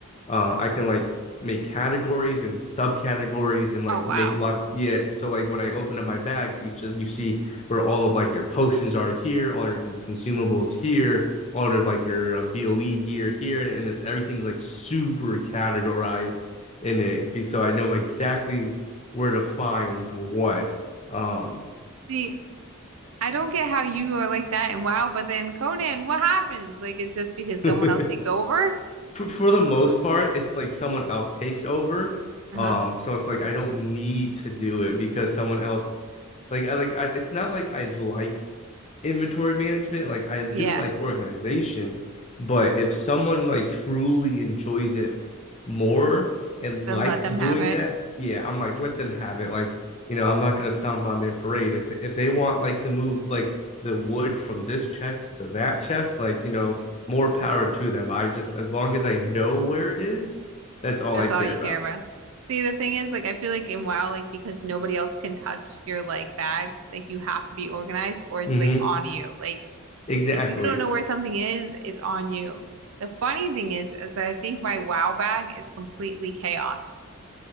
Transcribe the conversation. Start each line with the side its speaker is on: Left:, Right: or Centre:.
Left: uh i can like make categories and subcategories and like
Right: Oh wow.
Left: make lots yeah so like when i open up my bags you just you see where all of like your potions are here all your con- consumables here all of like your uh, boe gear here and this everything's like super categorized in it so i know exactly where to find what um
Right: See, I don't get how you are like that and WoW, but then Conan, what happens? Like it's just because someone
Left: <laughs>
Right: else takes over?
Left: for, for the most part, it's like someone else takes over.
Right: Uh-huh.
Left: Um, so it's like I don't need to do it because someone else, like I like I, it's not like I like inventory management. Like I do
Right: Yeah.
Left: like organization, but if someone like truly enjoys it more and
Right: Then
Left: likes
Right: let them
Left: doing
Right: have it.
Left: that, yeah, I'm like let them have it. Like you know, I'm not gonna stomp on their parade if they, if they want like to move like the wood from this chest to that chest, like you know, more power to them. I just as long as I know where it is, that's all
Right: That's
Left: I care
Right: all you
Left: about.
Right: care about. See, the thing is, like I feel like in WoW, like because nobody else can touch your like bag, like you have to be organized or it's
Left: Mm-hmm.
Right: like on you. Like
Left: Exactly.
Right: if you don't know where something is, it's on you. The funny thing is, is that I think my WoW bag is completely chaos.